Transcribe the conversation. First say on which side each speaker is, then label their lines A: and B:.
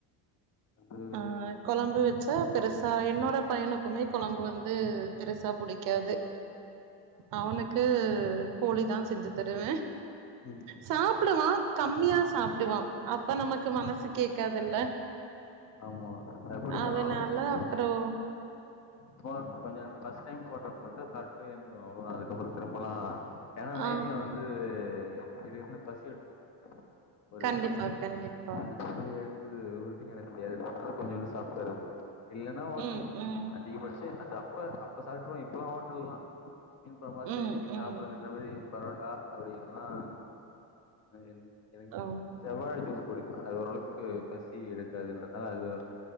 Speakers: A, on the left; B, on the right.
A: அது
B: அ கொழம் குழம்பு வச்சா பெருசா என்னோட பையனுக்குமே குழம்பு வந்து பெருசா புடிக்காது அவனுக்கு கோழிதா செஞ்சு தருவ
A: ம்,
B: சாப் ப்டுவா கம்மியா சாப்டுவா அப்ப நமக்கு மனசு கேக்காதுல்ல
A: ஆமா அப்டிதா
B: அதனால
A: நானு சும்மா
B: அப்றோ
A: சும்மா கொஞ்சோ ஃபஸ்ட் டைம் போட்றப்ப மட்டு சாப்டு எந்துருவ அவ்ளோதா அதுக் அதுக்கப்ரோ திரும்பலா ஏனா நைட்ல
B: ஆ
A: வந்து இது இருந்தா பசி எடுத்துக்கு ஒரு
B: கண்டிப்பா கண்டிப்பா
A: அந்த சொ எழுந்து து உருட்டி க முடியாது அத கொஞ்சோன்டு சாப்ட்டுரது இல்லைன்னா ஹோட்டல்
B: ம் ம்
A: அதிகபடிச்சு அது அப்ப அப்ப சாப்பிட்றுவோ லா ஹோட்டல்தா மீன் குழம்பா சரி
B: ம்
A: நீங்க சாப்புடுங்கன்ற
B: ம்
A: மாரி பரோட்டா அப்படிங்கறிறதுதா எவங் எவங்
B: ஓ
A: செவ்வாழ ஜ குடிப்ப அது ஓரளவுக்கு பசி எடு றதுன்றதால அது ஒரு